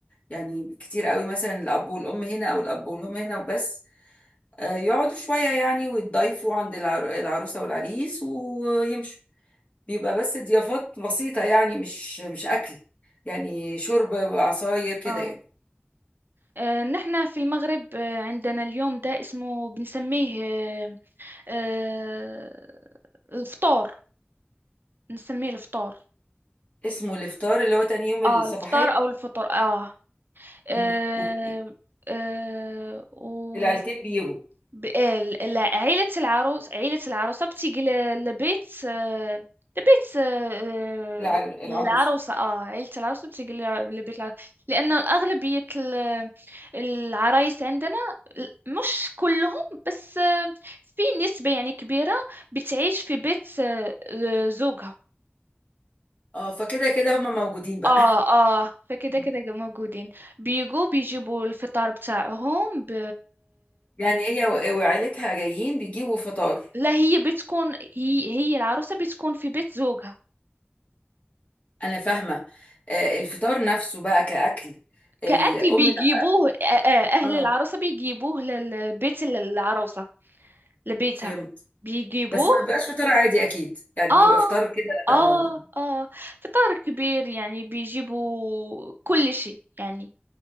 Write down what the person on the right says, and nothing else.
اه
آه، نحنا في المغرب آه، عندنا اليوم ده اسمه بنسميه آه، آه، الفطار بنسميه الفطار
اه الفطار او الفطر اه, آه,
آه و
ب- ال- ال- عيلة العروس عيلة العروسة بتيجي ل- لبيت آه، لبيت آه،
آه،
العروسة اه عيلة العروسة بتيجي ل- لبيت العروسة لأن أغلبية ال- العرايس عندنا ال- مش كلهم بس آه، في نسبة يعني كبيرة بتعيش في بيت آه، آه، زوجها
اه اه فكده
كده موجودين بيجوا بيجيبوا الفطار بتاعهم ب...
لا هي بتكون هي هي العروسة بتكون في بيت زوجها
كأكل بيجيبوه
آه، آه، أهل
العروسة بيجيبوه للبيت العروسة لبيتها
بيجيبوه
آه
آه
آه فطار كبير يعني بيجيبوا كل شيء يعني